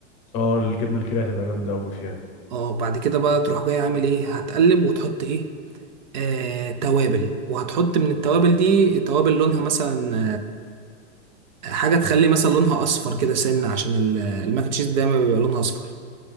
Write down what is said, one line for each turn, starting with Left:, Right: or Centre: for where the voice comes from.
Left: اه الجبنة الكيري هتبقى جامدة قوي فيها دي
Right: اه بعد كده بقى تروح جاي عامل ايه هتقلب وتحط ايه آه، توابل وهتحط من التوابل دي توابل لونها مثلا آه، حاجة تخلي مثلا لونها أصفر كده سنة عشان ال- الماك أند تشيز دايما بيبقى لونها أصفر